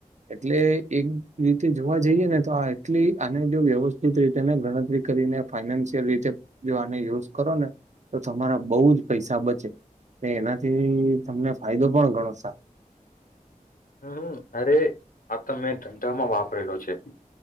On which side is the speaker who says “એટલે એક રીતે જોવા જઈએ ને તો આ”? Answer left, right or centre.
Right